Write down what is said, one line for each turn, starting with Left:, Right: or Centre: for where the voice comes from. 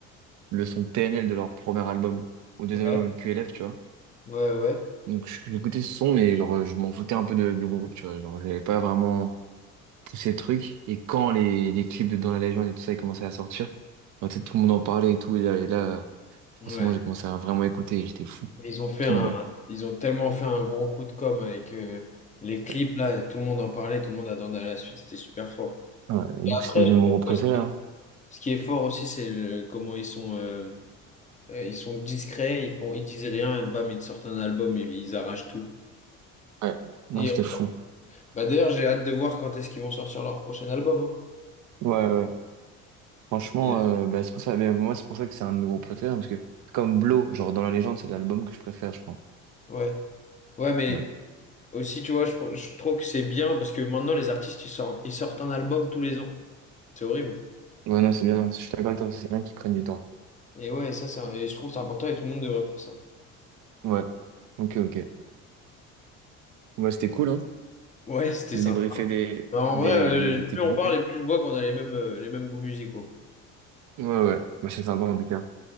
Right: le son PNL de leur premier album, au deuxième
Left: Ouais,
Right: album QLF, tu vois.
Left: ouais, ouais.
Right: Donc, je- j'écoutais ce son, mais genre, je m'en foutais un peu de- du groupe, tu vois. Genre, j'avais pas vraiment poussé le truc. Et quand les, les clips de Dans la légende et tout ça, ils commençaient à sortir, bah, tu sais, tout le monde en parlait et tout. Et là, et là,
Left: Ouais.
Right: En ce moment, j'ai commencé à vraiment écouter, j'étais fou.
Left: Mais Ils ont fait
Right: Tout
Left: un,
Right: bas.
Left: ils ont tellement fait un gros coup de com avec euh, les clips
Right: Ouais.
Left: là. Tout le monde en parlait, tout le monde attendait à la suite. C'était super fort.
Right: Ouais, et
Left: Et
Right: du coup,
Left: après,
Right: c'est devenu
Left: je
Right: mon
Left: trouve,
Right: groupe préféré.
Left: moi, ce qui
Right: hein.
Left: ce qui est fort aussi, c'est le- comment ils sont, euh, euh, ils sont discrets. Ils font, ils disent rien. Et bam, ils sortent un album. Ils, ils arrachent tout.
Right: Ouais, non,
Left: Et
Right: c'était fou.
Left: bah d'ailleurs, j'ai hâte de voir quand est-ce qu'ils vont sortir leur prochain album. hein.
Right: Ouais, ouais. ouais. Franchement,
Left: Ouais.
Right: euh, bah, c'est pour ça. Mais moi, c'est pour ça que c'est un de mes groupes préférés. hein, Parce que, comme Blow, genre dans la légende, c'est l'album que je préfère, je crois.
Left: Ouais. Ouais, mais
Right: Ouais.
Left: aussi, tu vois, je, je trouve que c'est bien parce que maintenant, les artistes, ils sortent, ils sortent un album tous les ans. C'est horrible.
Right: Ouais, non, c'est bien. hein. Je suis d'accord avec toi. C'est bien qu'ils prennent du temps.
Left: Et ouais, ça, c'est, un- et je trouve que c'est important et tout le monde devrait faire ça.
Right: Ouais. Ok, ok. Ouais, c'était cool, hein,
Left: Ouais, c'était
Right: de
Left: ça.
Right: débriefer des,
Left: en
Right: des,
Left: vrai, euh,
Right: des, tes
Left: plus
Right: groupes,
Left: on parle
Right: hein.
Left: et plus je vois qu'on a les mêmes, euh, les mêmes goûts musicaux.
Right: Ouais, ouais. Bah, c'est sympa, en tout cas.